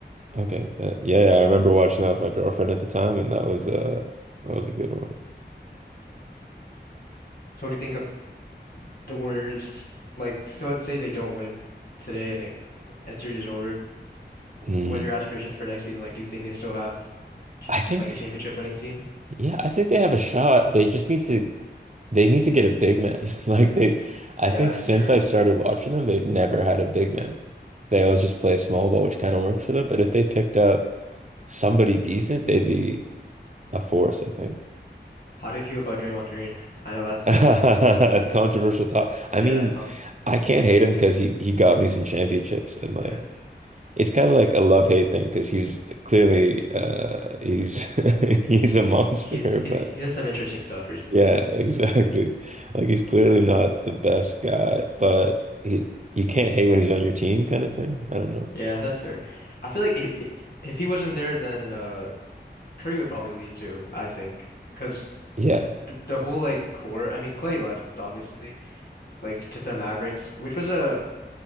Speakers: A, on the right (about 40°); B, on the left (about 60°).
A: Okay, but yeah, yeah, I remember watching that with my girlfriend at the time, and that was uh that was a good one.
B: So what do you think of the Warriors? Like, so let's say they don't win today and it and series is over.
A: Mm.
B: What are your aspirations for next season? Like, do you think they still have ch
A: I think.
B: like a championship winning team?
A: Yeah, I think they have a shot. They just need to they need to get a big man. <laughs> Like they I
B: Yeah,
A: think
B: that's
A: since
B: true.
A: I started watching them, they've never had a big man. They always just play small ball, which kind of worked for them. But if they picked up somebody decent, they'd be a force, I think.
B: How do you feel about Draymond Green? I know that's
A: <laughs> The
B: a
A: Controversial talk. I
B: yeah,
A: mean,
B: con
A: I can't hate him because he he got me some championships and like
B: yeah.
A: it's kind of like a love hate thing because he's clearly uh he's <laughs> he's a monster,
B: He's he's
A: but
B: he's done some interesting stuff recently.
A: Yeah, <laughs> exactly. Like he's clearly not the best guy, but he you can't hate when he's on your team kind of thing. I don't know.
B: Yeah, that's fair. I feel like if if he wasn't there, then uh. Curry would probably leave too, I think, because
A: Yeah.
B: the, the whole like core. I mean, Clay left obviously, like to the Mavericks, which was a